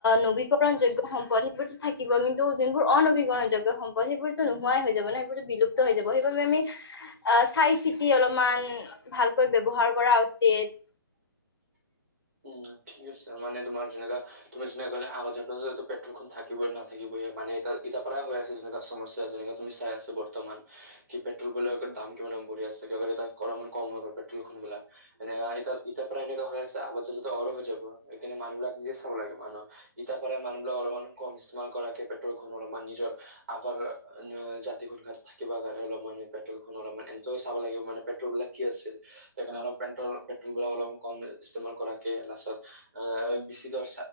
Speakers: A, on the left (about 85°); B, on the right (about 40°).
A: নবীকৰণ যোগ্য সম্পদ সেইবোৰতো থাকিব কিন্তু যোনবোৰ অনবীকৰণ যোগ্য সম্পদ সেইবোৰতো নোহোৱাই হৈ যাব নে। বিলুপ্ত হৈ যাব, সেইবাবে আমি অ চাই চিতি অলপমান ভালকৈ ব্যৱহাৰ কৰা উচিত। চেত
B: <inaudible> উম ঠিক আছে মানে তোমাৰ যেনেকা ক'লে <unintelligible> পেট্ৰলখন থাকিবই নাথাকিবই। মানে ইতা পাৰা হৈ আছে যেনেকা সমস্যা যেনেকা তুমি চাই আছা বৰ্তমান কি পেট্ৰল বৰ দাম কিমান বঢ়ি আছে। ক অলপমান কম হৈ গল পেট্ৰল খন বলা এনেকা ইতা পাৰা এনেকা হৈ আছে আগত অৰ হৈ যাব এইকানে মানুহবিলাক নিজে চাব লাগে মানুহ ইতাপ পাৰে মানুহবিলাক অলপমানান কম ইষ্টেম কৰাকে পেট্ৰল খন অলপমান নিজৰ আগৰ জাতি থাকিব কাৰণে অলপ মান পেট্ৰল খন অলপমান এন্ত চাব লাগিব মানে পেট্ৰল বিলাক কি আছিল সেইকাৰণে অলপ পেট্ৰ পেট্ৰল বিলাক অলপ কম ইষ্টেমাল কৰা কে লাছত অ বিচিদৰ